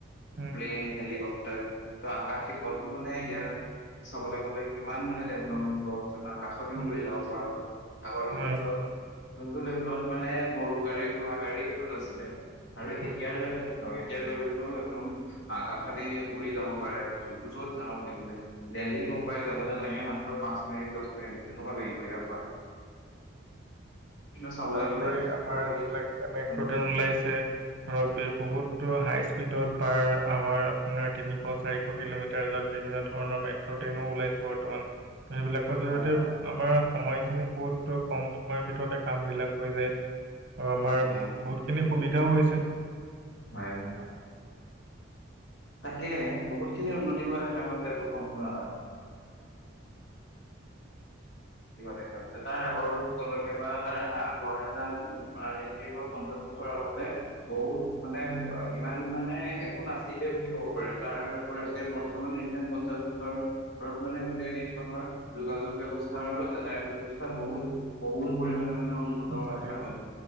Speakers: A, on the right; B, on the left.
A: উম,
B: প্লেন হলিকপ্টাৰ। ত আকাশী পথটো মানে ইয়াত চাবলৈ গলে কিমান মানে ডেভলপ হৈ কাষতিবোৰ
A: উম,
B: উৰি যাব পৰা হল আগৰ দিনত
A: হয়,
B: যোনটো লেবেলত মানে গৰু গাড়ী, ঘোঁৰা গাড়ী লৈছিলে। আৰু এতিয়াৰ
A: উম।
B: লেভেলটো ন এতিয়াৰ লেভেলটো একদম আকাশেদি উৰি যাব পাৰে। যত যাওঁ বুলি কলে দেলহী মুম্বাই যাবলৈ লাগে মাত্ৰ পাঁচ মিনিট দহ মিনিট। কেনেকুৱা লাগিব ইয়াৰ পৰা? চাবলৈ
A: তাৰোপৰি
B: গলে
A: আমাৰ
B: তপক
A: যিবিলাক
B: দি।
A: এতিয়া মেট্ৰ'
B: উম
A: ট্ৰেইন ওলাইছে ধৰক
B: উম,
A: বহুতো হাই স্পীডত পাৰ আৱাৰ আপোনাৰ তিনিশ চাৰিশ কিলোমিটাৰ যত বিভিন্ন ধৰণৰ মেট্ৰ' ট্ৰেইনো ওলাইছে বৰ্তমান। সেইবিলাকৰ জৰিয়তে।
B: হয় হয়
A: আমাৰ সময়খিনি বহুত কম সময়ৰ ভিতৰতে কাম বিলাক হৈ যায়। আৰু আমাৰ
B: হয়
A: বহুতখিনি সুবিধাও হৈছে।
B: হয়। হয় তাকে বহুত খিনি উন্নতি হোৱা দেখা গৈছে প্ৰথম পৰা। দেখা পাইছে তাৰ আগৰ সকলোকে বা তাৰ আগৰ এটা বোৰৰ পঞ্চাশ বছৰৰ আগতে বহুত মানে ইমান মানে একো নাছিল। বুলি ক'ব পাৰে তাৰ পৰা এতিয়া বৰ্তমান ৰিচেণ্ট পঞ্চাশ বছৰৰ মানে গোটেই দেশখনৰ যোগাযোগ ব্যৱস্থা আৰু যাতায়ত ব্যৱস্থা বহুত বহুত পৰিমাণে উন্নত
A: উন্নতি
B: হোৱাৰ কাৰণ।
A: হৈছে